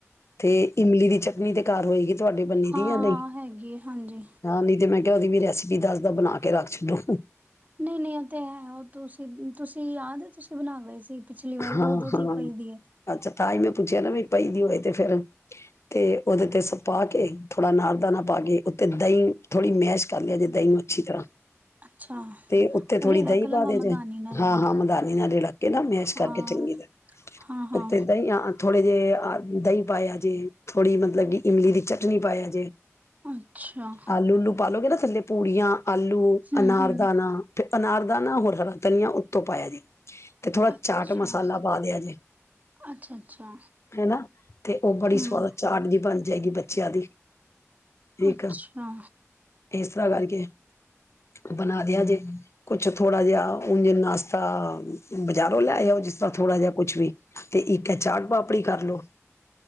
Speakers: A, on the left (about 60°); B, on the right (about 30°).
A: ਤੇ ਇਮਲੀ ਦੀ ਚੱਕ <unintelligible> ਤੁਹਾਡੇ ਬਨੀ
B: ਹਾਂ-ਹਾਂ
A: ਦੀ ਆ ਨਹੀਂ
B: ਹੈਗੀ ਹੈ ਹਾਂਜੀ
A: ਹਾਂ ਨਹੀਂ ਤੇ ਮੈਂ ਕਿ ਉਹਦੀ ਵੀ ਰੈਸਪੀ ਦੱਸਦਾ ਬਣਾ ਕੇ ਰੱਖ ਛੱਡੋ
B: ਨਹੀਂ ਨਹੀਂ ਉਹ ਤੇ ਹੈ ਉਹ ਤੁਸੀਂ ਤੁਸੀਂ ਯਾਦ ਤੁਸੀਂ ਬਣਾ ਗਏ ਸੀ ਪਿਛਲੀ ਵਾਰ
A: ਹਾਂ
B: ਉਦੋਂ
A: ਹਾਂ
B: ਦੀ ਪਈ ਦੀ ਹੈ
A: ਅੱਛਾ ਥਾਈ ਮੈਂ ਪੁੱਛਿਆ ਨਾ ਵੀ ਪਈ ਦੀ ਹੋਏ ਤੇ ਫੇਿਰ ਤੇ ਉਹਦੇ ਤੇ ਸ ਪਾ ਕੇ ਥੋੜਾ ਨਾਰ ਦਾਣਾ ਪਾ ਕੇ ਉੱਤੇ ਦਹੀਂ ਥੋੜ੍ਹੀ ਮੈਸ਼ ਕਰ ਲਿਆ ਜੇ ਦਹੀਂ ਨੂੰ ਅੱਛੀ ਤਰ੍ਹਾਂ
B: ਅੱਛਾ
A: ਤੇ ਉੱਥੇ ਥੋੜ੍ਹੀ
B: ਰੇੜਾ
A: ਦਹੀਂ
B: ਕਲਮ
A: ਪਾ ਦੇ ਜੇ
B: ਮਦਾਨੀ ਨਾਲ
A: ਹਾਂ ਹਾਂ ਮਦਾਨੀ ਨਾਲ ਰਲ ਕੇ ਨਾ ਮੈਸ਼ ਕਰ
B: ਹਾਂ
A: ਚੰਗੀ ਤਰ
B: ਹਾਂ-ਹਾਂ
A: ਉੱਥੇ ਦਹੀਂ ਥੋੜੇ ਜਿਹੇ ਦਹੀਂ ਪਾਏਆ ਜੇ ਥੋੜ੍ਹੀ ਮਤਲਬ ਕਿ ਇਮਲੀ ਦੀ ਚਟਨੀ ਪਾਇਆ ਜੇ
B: ਅੱਛਾ
A: ਆਲੂ ਉਲੂ ਪਾਲੋਗੇ ਨਾ ਥੱਲੇ ਪੂੜੀਆਂ ਆਲੂ
B: ਹੂੰ-ਹੂੰ
A: ਅਨਾਰ ਦਾਾਨ ਫ ਅਨਾਰ ਦਾਾਨ ਹੋਰ ਹਰਾ ਤਨੀਆ ਉੱਤੋਂ ਪਾਇਆ ਜਾੇ ਤੇ ਥੋੜਾ
B: ਅੱਛਾ
A: ਚਾਟ ਮਸਾਲਾ ਪਾ ਦਿਆ ਜੇ
B: ਅੱਛਾ-ਅੱਛਾ
A: ਹਨਾ ਤੇ ਉਹ ਬੜੀ
B: ਹੂੰ
A: ਸਵਾਦ ਚਾਟ ਜਿਹੀ ਬਣਦੀ ਜਾਏਗੀ ਬੱਚਿਆਂ ਦੀ ਠੀਕ
B: ਅੱਛਾ
A: ਆ ਇਸ ਰਾ ਕਰਕੇ ਬਣਾ ਦਿਆ ਜੇ ਕੁਛ ਥੋੜਾ ਜਿਹਾ ਹੁਣਝ ਨਾਸ਼ਤਾ ਜਾਰੋਂ ਲੈ ਹੋ ਜਿਸਦਾ ਥੋੜ੍ਹਾ ਜਿਹਾ ਕੁੱ ਵੀ ਤੇ ਇੱਕ ਹੈ ਚਾਟ ਪਾਪੜੀ ਕਰਲੋ